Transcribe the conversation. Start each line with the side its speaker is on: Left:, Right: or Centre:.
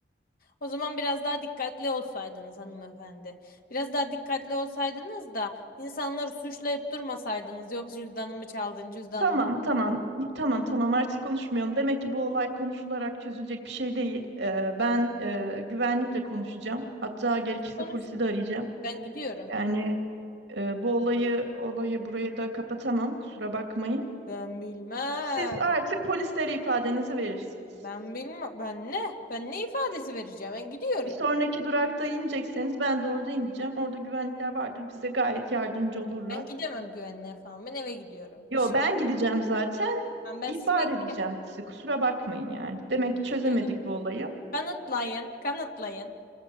Left: O zaman biraz daha dikkatli olsaydınız hanımefendi. Biraz daha dikkatli olsaydınız da insanları suçlayıp durmasaydınız. Yok cüzdanımı çaldın, cüzdanımı
Right: Tamam,
Left: çaldın.
Right: tamam. Tamam, tamam artık konuşmayalım. Demek ki bu olay konuşularak çözülecek bir şey değil. Ee, ben e, güvenlikle konuşacağım. Hatta gerekirse
Left: Konuşun.
Right: polisi de arayacağım.
Left: Ben gidiyorum.
Right: Yani Ee, bu olayı olayı burayı da kapatamam. Kusura bakmayın.
Left: Ben bilmem.
Right: Siz artık polislere ifadenizi verirsiniz.
Left: Ben bilmem. Ben ne? Ben ne ifadesi vereceğim? Ben gidiyorum.
Right: Bir sonraki durakta inecekseniz ben de orada ineceğim. Orada güvenlikler vardır. Bize gayet yardımcı olurlar.
Left: Ben gidemem güvenliğe falan. Ben eve gidiyorum.
Right: Yo
Left: İşim.
Right: ben gideceğim zaten.
Left: Ben, ben
Right: İhbar
Left: sizi bekleyemem.
Right: edeceğim sizi. Kusura bakmayın yani. Demek ki çözemedik
Left: Benim.
Right: bu olayı.
Left: Kanıtlayın. Kanıtlayın.